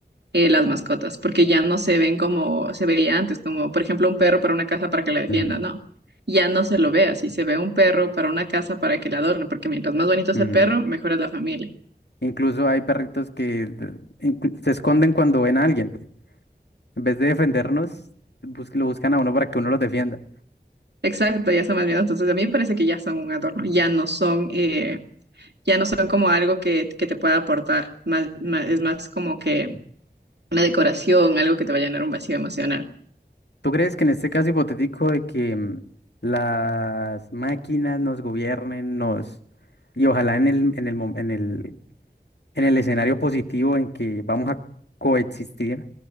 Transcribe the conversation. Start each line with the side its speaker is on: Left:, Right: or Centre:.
Right: eh, las mascotas, porque ya no se ven como se veía antes, como por ejemplo un perro para una casa para que la defienda,
Left: Ujú,
Right: no ya no se lo ve así. Se ve un perro para una casa para que la adorne, porque mientras más bonito es
Left: ujú.
Right: el perro, mejor es la familia.
Left: Incluso hay perritos que d- inclu- se esconden cuando ven a alguien. En vez de defendernos, bus- lo buscan a uno para que uno los defienda.
Right: Exacto, ya son más miedos. Entonces, a mí me parece que ya son un adorno, ya no son, eh, ya no son como algo que, que te pueda aportar, más, más- es más como que una decoración, algo que te va a llenar un vacío emocional.
Left: ¿Tú crees que en este caso hipotético de que mm, las máquinas nos gobiernen, nos... Y ojalá en el, en el, mom- en el en el escenario positivo en que vamos a coexistir,